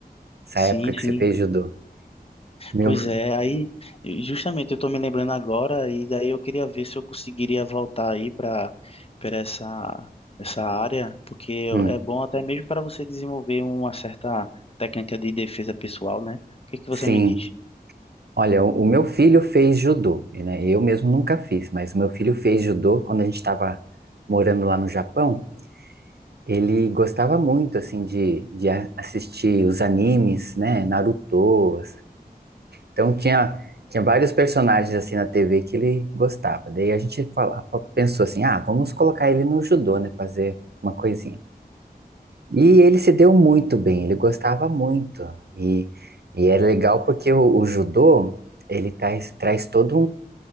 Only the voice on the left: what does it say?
Sim,
sim.
Pois é, aí justamente eu tô me lembrando agora e daí eu queria ver se eu conseguiria voltar aí para para essa essa área, porque
é bom até mesmo para você desenvolver uma certa técnica de defesa pessoal, né? O que que
você me diz?